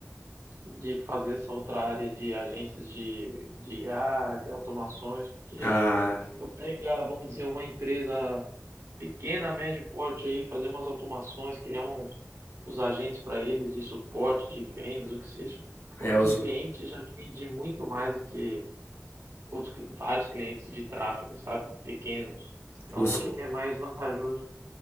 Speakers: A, on the right; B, on the left.
A: de fazer essa outra área de agentes de, de IA, de automações, porque
B: Ah,
A: se eu pegar, vamos dizer, uma empresa pequena, médio porte aí, fazer umas automações, criar uns, os agentes para eles de suporte, de vendas, o que seja, pô,
B: é
A: um
B: os,
A: cliente já me vende muito mais do que outros cli- vários clientes de tráfego, sabe? Pequenos. Então,
B: os,
A: acho
B: o
A: que é mais vantajoso.